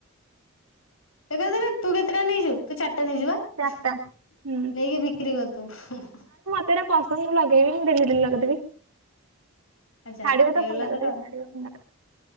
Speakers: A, on the left; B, on the right.
A: ଏକା ଥରେ ତୁ କେତେଟା ନେଇଛୁ ତୁ ଚାର୍ ଟା ନେଇଛୁ ବା ନେଇକି
B: ଚାରିଟା ହୁଁ
A: ବିକ୍ରି କର୍ ଦବୁ।
B: ତେ ଏରା ପସନ୍ଦ ମୁ ଲଗେଇବି ମୁ ଡେଲି ଡେଲି ଲଗେଇଦେବି।
A: ଆଚ୍ଛା
B: ଛାଡିବ
A: ହେଇଗଲା
B: ତ ଫୁଣି ଲଗେଇଦେବି।
A: ତୋର